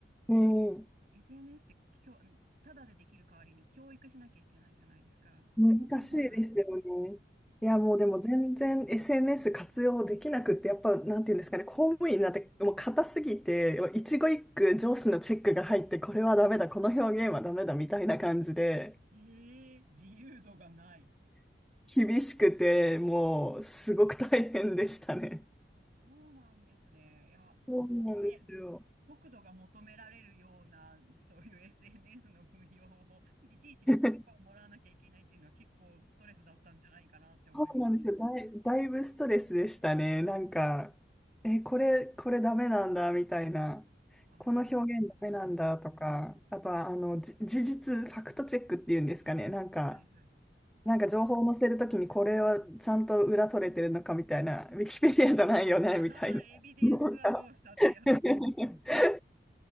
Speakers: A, in the centre; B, on the right.
A: ええ
B: SNS ってきょ、ただでできる代わりに教育しなきゃいけないじゃないですか。その手間が、
A: 難しいですよね。いや、
B: そう。
A: もうでも全然 SNS 活用できなくって、やっぱ、なんていうんですかね、公務員になんてもう硬すぎて、もう一語一句上司のチェックが入って、これはダメだ、この表現はダメだ、みたいな感じで、
B: ええ自由度がない。
A: 厳しくて、もう、すごく大変でしたね。
B: あ、そうなんですね。いや、そのね、
A: そうなんですよ。
B: 速度が求められるような、そういう SNS の運用を、いちいちこう許可をもらわなきゃいけないっていうのは結構ストレスだったんじゃないかなって思いました。
A: <laughs> そうなんですよ。だい、だいぶストレスでしたね。なんか、え、これ、これダメなんだ、みたいな。
B: ああ、
A: この表現ダメなんだ、
B: なるほどね。
A: とか。あとは、あの、じ事実、ファクトチェックっていうんですかね。なんか、
B: はいはい。あ、
A: なんか情報を載せるときに、これはちゃんと裏取れてるのか、みたいな。ウィキペディアじゃないよね、
B: <laughs>
A: みたいな。
B: エビデンスはどうしたってやつ
A: なんか <laughs>